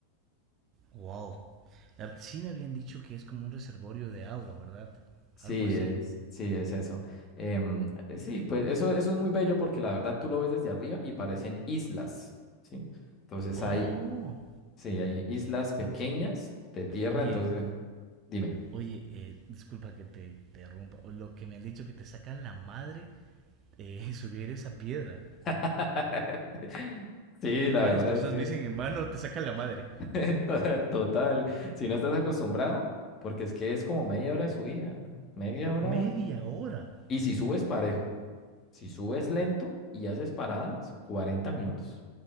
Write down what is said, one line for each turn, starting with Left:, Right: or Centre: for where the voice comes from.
Right: Wow. La- Sí me habían dicho que es como un reservorio de agua, ¿verdad?
Left: Sí,
Right: Algo así.
Left: es, sí, es eso. Em, eh, sí, pues eso, eso es muy bello porque la verdad tú lo ves desde arriba y parecen islas, ¿sí? Entonces
Right: Oh.
Left: hay Sí, hay islas pequeñas de tierra,
Right: Oye,
Left: entonces eh, dime.
Right: Oye, eh, disculpa que te interrumpa. Lo que me han dicho que te sacan la madre eh, <laughs> subir esa piedra.
Left: <laughs> Sí, la
Right: Varias
Left: verdad
Right: personas
Left: es que
Right: me dicen, hermano, te sacan la madre.
Left: <laughs> to- total, si no estás acostumbrado, porque es que es como media hora de subida, media hora.
Right: Media hora.
Left: Y si subes parejo, si subes lento y haces paradas, 40 minutos.